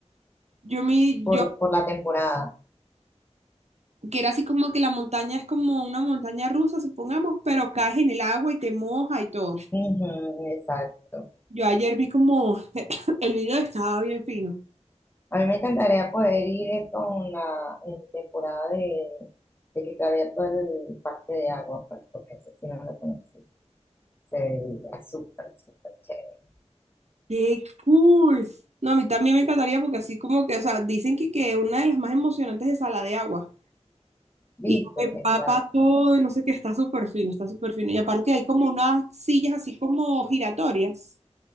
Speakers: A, on the right; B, on the left.
A: Yo me,
B: por,
A: yo...
B: por la temporada.
A: que era así como que la montaña es como una montaña rusa, supongamos, pero caes en el agua y te moja y todo.
B: Ujú, exacto.
A: Yo ayer vi como <coughs> <laughs> el video estaba bien fino.
B: A mí me encantaría poder ir eh, con la en temporada de, de que está abierto el parque de agua, pues, porque ese sí no lo conocí. Se veía súper, súper chévere.
A: ¡Qué cool! No, a mí también me encantaría porque así como que, o sea, dicen que, que una de las más emocionantes es la de agua.
B: ¿Viste?
A: Y empapa
B: Exacto.
A: todo y no sé qué, está súper fino, está súper fino. Y aparte hay como unas sillas así como giratorias.